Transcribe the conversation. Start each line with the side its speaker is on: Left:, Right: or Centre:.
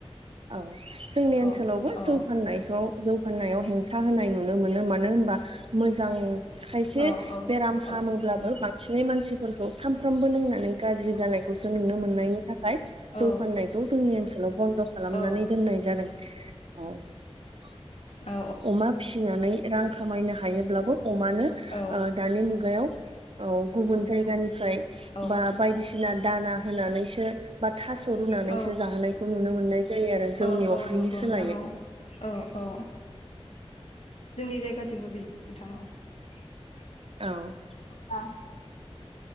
Right: औ जोंनि ओनसोलावबो
Left: औ औ
Right: जौ फाननायखौ जौ फाननायाव हें था होनाय नुनो मोनो मानोहोनबा मोजां खायसे
Left: औ
Right: बेराम हामोब्लाबो
Left: औ
Right: बांसिन मानसिफोरखौ सानफ्रामबो लोंनानै गाज्रि जानायखौसो नुनो मोननायनि थाखाय जौ
Left: औ
Right: फाननायखौ जोंनि ओनसोलाव बन्द' खालामनानै
Left: औ
Right: दोननाय जादों। ओं औ
Left: आ
Right: अमा फिसिनानै रां खामायनो हायोब्लाबो अमानो
Left: औ
Right: दानि मुगायाव। औ गुबुन जायगानिफ्राय
Left: औ
Right: बा बायदिसिना दाना होनानैसो बा थास' रुनानैसो
Left: औ
Right: जाहोनायखौ नुनो मोननाय। जायो आरो जौनि
Left: औ औ
Right: अफ्रिनि
Left: नंगौ
Right: सोलायै
Left: नोंथां औ। औ औ जोंनि जायगाथिंबो बे <unintelligible>
Right: औ